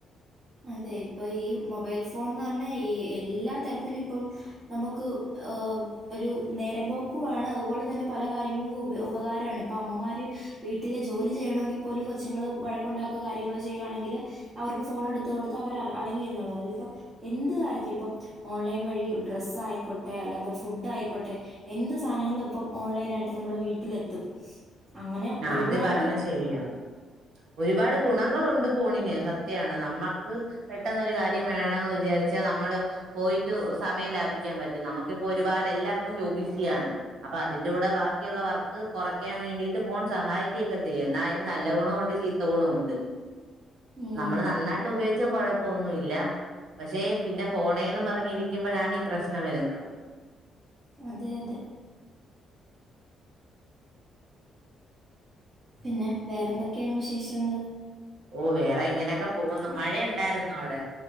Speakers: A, on the right; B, on the right.
A: അതെ ഇപ്പൊ ഈ മൊബൈൽ ഫോൺന്ന് പറഞ്ഞാ എ എല്ലാ തരത്തിലും ഇപ്പം നമുക്ക് ഏഹ് ഒരു നേരം പോക്കുവാണ് അതുപോലെ തന്നെ പല കാര്യങ്ങൾക്കും ഉപ ഉപകാരമാണ് ഇപ്പൊ അമ്മമാര് വീട്ടില് ജോലി ചെയ്യണമെങ്കിൽ പോലും കൊച്ചുങ്ങള് വഴക്കുണ്ടാക്കുവോ കാര്യങ്ങളൊ ചെയ്യുവാണെങ്കില് അവർക്ക് ഫോൺ എടുത്ത് കൊടുത്താ അവര് അടങ്ങിയിരുന്നോളും അതിലിപ്പൊ എന്ത് കാര്യത്തിലും ഇപ്പം ഓൺലൈൻ വഴി ഡ്രസ്സ് ആയിക്കോട്ടെ അല്ലാതെ ഫുഡ് ആയിക്കോട്ടെ എന്ത് സാധനങ്ങളും ഇപ്പം ഓൺലൈൻ ആയിട്ട് നമ്മുടെ വീട്ടിലെത്തും. അങ്ങനെ
B: ആ
A: ഒരുപാട്
B: അത് പറഞ്ഞ ശരിയാ ഒരുപാട് ഗുണങ്ങളൊണ്ട് ഫോണിന് സത്യാണ് നമ്മക്ക് പെട്ടെന്ന് ഒരു കാര്യം വേണോന്ന് വിചാരിച്ചാ നമ്മള് പോയിട്ട് സമയം ലാഭിക്കാൻ പറ്റും നമുക്കിപ്പോ ഒരുപാട് എല്ലാർക്കും ജോബീസി ആണ് അപ്പൊ അതിന്റെ കൂടെ ബാക്കിയുള്ള വർക്ക് കുറയ്ക്കാൻ വേണ്ടിട്ട് ഫോൺ സഹായിക്കയൊക്കെ ചെയ്യും എന്നാ അതിന് നല്ല ഗുണോ ഒണ്ട് ചീത്ത ഗുണോ ഒണ്ട്.
A: മ്മ്.
B: നമ്മള് നന്നായിട്ട് ഉപയോ ഗിച്ചാ കൊഴപ്പൊന്നുവില്ല പക്ഷേ പിന്നെ ഫോണേന്നും പറഞ്ഞിരിക്കുമ്പഴാണീ പ്രശ്നം വരുന്നത്.
A: അതെ അതെ പിന്നെ വേറെന്തൊക്കെയാണ് വിശേഷം. ഞങ്ങള്
B: ഓ വേറെ, ഇങ്ങനെയൊക്കെ പോകുന്നു. മഴ ഒണ്ടായിരുന്നോ അവിടെ,